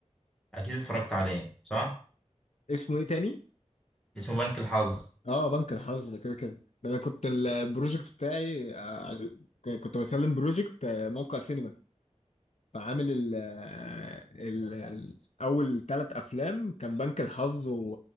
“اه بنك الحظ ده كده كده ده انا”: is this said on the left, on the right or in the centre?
Left